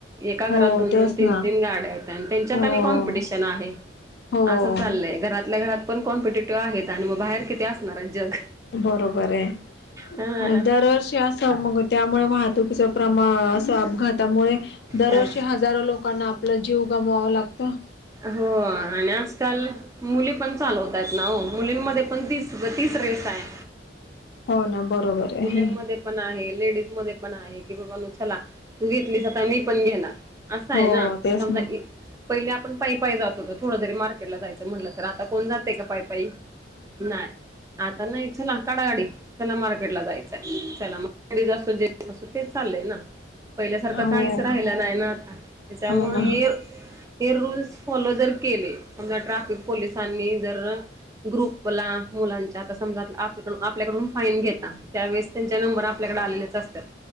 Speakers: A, on the right; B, on the left.
A: एका घरात
B: हो
A: दोन
B: तेच
A: दोन तीन
B: ना
A: तीन गाड्याता आणि त्यांच्यात
B: हो
A: आणि कॉम्पिटिशन आहे..
B: हो
A: असं चाललंय घरातल्या घरात पण कॉम्पिटेटिव्ह आहेत आणि मग बाहेर किती असणार जग.
B: बरोबर आहे
A: हा
B: आणि दरवर्षी अस मग त्यामुळे वाहतुकीचा प्रमाण अस अपघातामुळे दरवर्षी
A: हा.
B: ह हजारो लोकांना आपला जीव गमवाव लागतो.
A: हो आणि आजकाल. मुली पण चालवत आहेत ना हो मुलींमध्ये पण तीस तीस रेस आहे.
B: हो ना बरोबर
A: मुलींमध्ये
B: आहे.
A: पण आहे लेडीज मध्ये पण आहे की बाबा न चला तू घेतलीस आता मी पण घेणार. असं आहे
B: हो
A: ना
B: तेच
A: समजा
B: ना
A: ये पहिले आपण पाय पाय जात होत थोडं जरी मार्केटला जायचं म्हटलं तर आता कोण जाते का. पाय पायी नाही आता नाही चला काडा गाडी चला मार्केट ला जायचं. त्याला मग जेस अस तेच चाललंय ना. पहिल्यासारखं
B: हो
A: काहीच राहिलं नाही ना आता त्याच्यामुळे
B: हो ना
A: हे हे रूल्स फॉलो जर केले समजा ट्रॅफिक पोलिसांनी जर. ग्रुपला मुलांच्या आता समज आपल्याकड आपल्याकडून फाईन घेता. त्यावेेळेस त्यांच्या नंबर आपल्याकडे आलेलेच असतात.